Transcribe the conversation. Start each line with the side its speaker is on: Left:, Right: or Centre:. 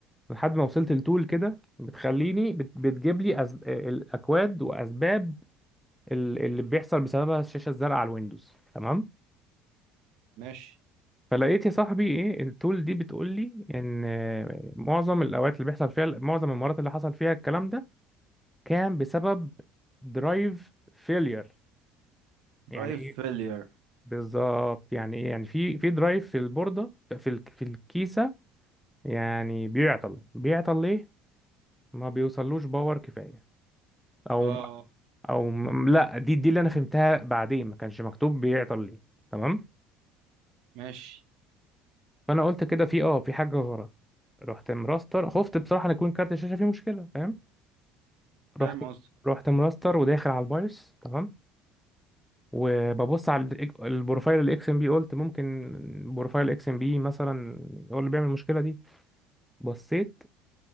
Centre: لحد ما وصلت لتول كده بتخليني بت... بتجيب لي أز... الاكواد واسباب ال- اللي بيحصل بسببها الشاشه الزرقاء على الويندوز تمام
Right: ماشي
Centre: فلقيت يا صاحبي ايه التول دي بتقول لي ان معظم الاوقات اللي بيحصل فيها معظم المرات اللي حصل فيها الكلام ده كان بسبب درايف فيلير يعني
Right: درايف
Centre: ايه
Right: فيلير
Centre: بالظبط يعني ايه يعني في في درايف في البورده في ال- في الكيسه يعني بيعطل بيعطل ليه ما بيوصلوش باور كفاية او
Right: اه
Centre: او م- لا دي دي اللي انا فهمتها بعدين ما كانش مكتوب بيعطل ليه تمام
Right: ماشي
Centre: فانا قلت كده في اه في حاجة غلط رحت مراستر خفت بصراحة ان يكون كارت الشاشة فيه مشكلة فاهم
Right: فاهم
Centre: رحت
Right: قصدي
Centre: رحت مراستر وداخل على البايوس تمام وببص على الإك- البروفايل الاكس ام بي قلت ممكن بروفايل اكس ام بي مثلا هو اللي بيعمل المشكلة دي بصيت